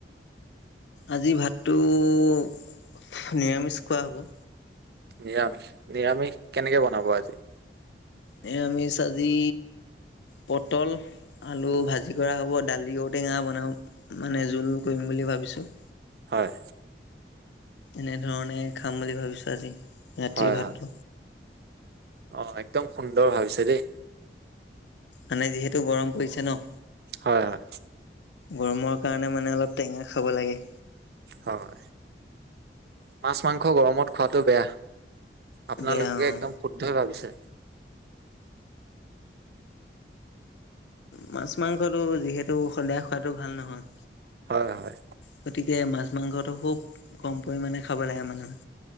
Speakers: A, on the left; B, on the right.
A: আজি ভাতটো নিৰামিষ খোৱা হ'ব।
B: নিৰামিষ নিৰামিষ কেনেকে বনাব আজি?
A: নিয়ামিষ আজি পটল আলু ভাজি। যি কৰা হ'ব দালি ঔটেঙা বনাম মানে জোল কৰিম বুলি ভাবিছো।
B: হয়।
A: এনেধৰণে খাম বুলি ভাবিছো আজি। ৰাতিৰ
B: হয়
A: ভাতটো
B: হয়, অ একদম সুন্দৰ ভাবিছে দেই।
A: মানে যিহেতু গৰম পৰিছে ন।
B: হয় হয়।
A: গৰমৰ কাৰণে মানে অলপ টেঙা খাব লাগে।
B: হয়। মাছ মাংস গৰমত খোৱাতটো বেয়া আপোনালোকে
A: বেয়া অঁ
B: একদম শুদ্ধই ভাবিছে।
A: মাছ মাংসটো যিহেতু সদায় খোৱাতটো ভাল নহয়।
B: হয় হয়
A: গতিকে মাছ মাংসটো খুব কম পৰিমানে খাব লাগে মানুহে।